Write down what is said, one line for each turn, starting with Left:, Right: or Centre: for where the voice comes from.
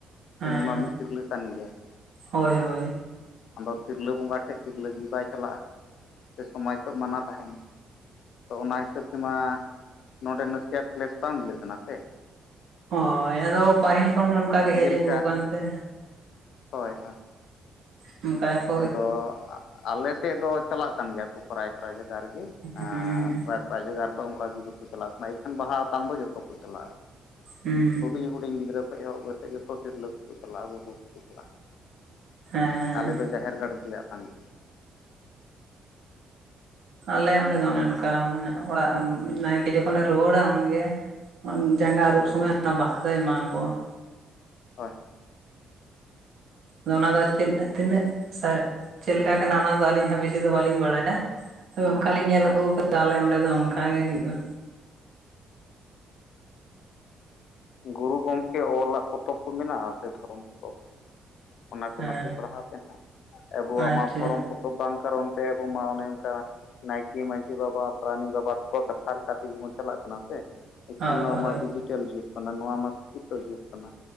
Right: ᱦᱮᱸ
Left: ᱩᱱᱤ ᱢᱟ ᱢᱤᱫ ᱛᱤᱨᱞᱟᱹ ᱠᱟᱱ ᱜᱮᱭᱟᱭ ᱾
Right: ᱦᱳᱭ ᱦᱳᱭ
Left: ᱟᱫᱚ ᱛᱤᱨᱞᱟᱹ ᱵᱚᱸᱜᱟ ᱴᱷᱮᱱ ᱛᱤᱨᱞᱟᱹ ᱜᱮ ᱵᱟᱭ ᱪᱟᱞᱟᱜᱼᱟ ᱥᱮ ᱥᱚᱢᱟᱡᱽ ᱠᱷᱚᱱ ᱢᱟᱱᱟ ᱛᱟᱦᱮᱱᱟ? ᱛᱚ ᱚᱱᱟ ᱦᱤᱥᱟᱹᱵ ᱛᱮᱢᱟ ᱱᱚᱰᱮ ᱱᱟᱥᱮᱭᱟᱜ ᱯᱞᱮᱥ ᱵᱟᱝ ᱢᱤᱞᱟᱹᱜ ᱠᱟᱱᱟ ᱥᱮ ᱾
Right: ᱦᱳᱭ ᱟᱫᱚ ᱯᱟᱹᱦᱤᱞ ᱠᱷᱚᱱ ᱚᱱᱠᱟ ᱜᱮ ᱦᱮᱡ
Left: ᱡᱮᱞᱮᱠᱟ
Right: ᱟᱹᱜᱩ ᱟᱠᱟᱱᱛᱮ ᱾
Left: ᱦᱳᱭ ᱦᱳᱭ
Right: <unintelligible> ᱼᱼ
Left: ᱟᱫᱚ ᱟᱞᱮ ᱥᱮᱫ ᱫᱚ ᱪᱟᱞᱟᱜ ᱠᱟᱱ ᱜᱮᱭᱟ ᱠᱚ ᱯᱨᱟᱭᱼᱼ ᱯᱨᱟᱭ ᱡᱟᱭᱜᱟ ᱨᱮᱜᱮ,
Right: ᱦᱩᱸ
Left: ᱟᱨᱼᱼ ᱮᱴᱟᱜ ᱡᱟᱭᱜᱟ ᱨᱮᱫᱚ ᱚᱱᱠᱟᱜᱮ ᱵᱟᱠᱚ ᱪᱟᱞᱟᱜ ᱠᱟᱱᱟ ᱮᱱᱠᱷᱟᱱ ᱵᱟᱦᱟ ᱟᱛᱟᱝ ᱫᱚ ᱡᱚᱛᱚ ᱠᱚ ᱪᱟᱞᱟᱜᱼᱟ
Right: ᱦᱩᱸ
Left: ᱦᱩᱰᱤᱧ ᱦᱩᱰᱤᱧᱼᱼ ᱦᱩᱰᱤᱧ ᱜᱤᱫᱽᱨᱟᱹ ᱠᱷᱚᱡ ᱮᱦᱚᱵ ᱠᱟᱛᱮ ᱡᱚᱛᱚ ᱛᱤᱨᱞᱟᱹ ᱠᱚᱠᱚ ᱪᱟᱞᱟᱜᱼᱟ ᱜᱚᱜᱚ ᱠᱚᱠᱚ ᱪᱟᱞᱟᱜᱼᱟ ᱾
Right: ᱦᱮᱸ ᱦᱮᱸ
Left: ᱟᱞᱮ ᱫᱚ ᱡᱟᱦᱮᱨ ᱜᱟᱲ ᱨᱮᱜᱮ ᱞᱮ ᱟᱛᱟᱝᱮᱫᱼᱟ ᱾
Right: ᱟᱞᱮ ᱚᱸᱰᱮ ᱫᱚ ᱚᱱᱮ ᱚᱱᱠᱟ ᱢᱟᱱᱮ ᱚᱲᱟᱜ ᱱᱟᱭᱠᱮ ᱡᱚᱠᱷᱚᱱᱮ ᱨᱩᱣᱟᱹᱲᱟ ᱩᱱᱜᱮᱼᱼ ᱡᱟᱸᱜᱟ ᱟᱹᱨᱩᱵ ᱥᱚᱢᱚᱭ
Left: ᱦᱳᱭ
Right: ᱚᱱᱟ ᱵᱟᱦᱟ ᱫᱚᱭ ᱮᱢᱟ ᱟᱠᱚᱣᱟ ᱾
Left: ᱦᱳᱭ ᱾
Right: ᱟᱫᱚ ᱚᱱᱟ ᱫᱚ ᱛᱤᱱᱟᱹᱜ ᱪᱮᱫ ᱞᱮᱠᱟ ᱠᱟᱱᱟ ᱚᱱᱟ ᱫᱚ ᱟᱹᱞᱤᱧ ᱦᱚᱸ ᱵᱮᱥᱤ ᱫᱚ ᱵᱟᱹᱞᱤᱧ ᱵᱟᱲᱟᱭᱟ ᱾ ᱚᱱᱠᱟᱞᱤᱧ ᱧᱮᱞ
Left: ᱦᱳᱭ
Right: ᱟᱹᱜᱩ ᱟᱠᱟᱫᱟ ᱛᱟᱦᱚᱞᱮ ᱚᱸᱰᱮ ᱫᱚ ᱚᱱᱠᱟ ᱜᱮ ᱦᱩᱭᱩᱜᱼᱟ ᱾
Left: ᱜᱩᱨᱩ ᱜᱚᱢᱠᱮ ᱚᱞᱟᱜ ᱯᱚᱛᱚᱵ ᱠᱚ ᱢᱮᱱᱟᱜᱼᱟ ᱥᱮ ᱫᱷᱚᱨᱚᱢ ᱯᱚᱛᱚᱵᱼᱼ ᱚᱱᱟ ᱠᱚ
Right: ᱦᱮᱸ
Left: ᱱᱟᱥᱮ ᱯᱟᱲᱦᱟᱣ ᱯᱮ ᱱᱟᱦᱟᱸᱜ ᱟᱵᱚᱣᱟᱜ
Right: ᱟᱪᱪᱷᱟ
Left: ᱢᱟ ᱫᱷᱚᱨᱚᱢ ᱯᱚᱛᱚᱵᱼᱼ ᱵᱟᱝ ᱠᱟᱨᱚᱱ ᱛᱮ ᱟᱵᱚ ᱢᱟ ᱚᱱᱮ ᱚᱱᱠᱟᱼᱼ ᱱᱟᱭᱠᱮ ᱢᱟᱺᱡᱷᱤ ᱵᱟᱵᱟ ᱯᱟᱨᱟᱱᱤᱠ ᱵᱟᱵᱟ ᱛᱠᱚᱣᱟᱜ ᱠᱟᱛᱷᱟ ᱞᱮᱠᱟᱛᱮ ᱜᱮᱵᱚᱱ ᱪᱟᱞᱟᱜ ᱠᱟᱱᱟ ᱥᱮ ᱾ ᱮᱱᱠᱷᱮᱱ
Right: ᱦᱳᱭ
Left: ᱱᱚᱣᱟ
Right: ᱦᱳᱭ
Left: ᱢᱟ ᱰᱤᱡᱤᱴᱮᱞ ᱡᱩᱜᱽ ᱠᱟᱱᱟ ᱱᱚᱣᱟ ᱢᱟ ᱥᱤᱠᱷᱤᱛᱚ ᱡᱩᱜᱽ ᱠᱟᱱᱟ